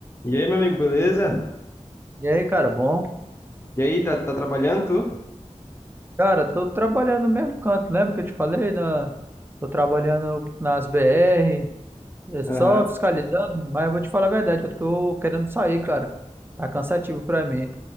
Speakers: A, on the left; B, on the right.
A: E aí, meu amigo, beleza?
B: E aí, cara, bom?
A: E aí, tá, tá trabalhando tu?
B: Cara, tô trabalhando no mesmo canto, lembra que eu te falei? Na... Tô trabalhando nas BR, é só
A: Aham.
B: fiscalizando, mas eu vou te falar a verdade, eu tô querendo sair, cara. Tá cansativo pra mim.